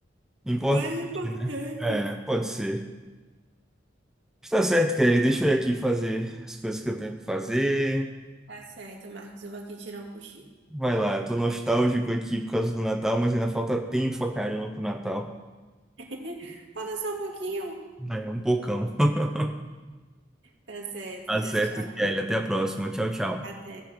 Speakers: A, in the centre; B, on the right.
A: Importante,
B: mais importante.
A: né? É, pode ser. Está certo, Kelly. Deixa eu ir aqui fazer as coisas que eu tenho que fazer.
B: Tá certo, Marcos. Eu vou aqui tirar um cochilo.
A: Vai lá, eu tô nostálgico aqui por causa do Natal, mas ainda falta tempo pra caramba pro Natal.
B: <laughs> Vou dançar um pouquinho.
A: É um bocão. <laughs>
B: Tá certo.
A: Azeto,
B: Tchau, tchau.
A: Kelly. Até a próxima. Tchau, tchau.
B: Até.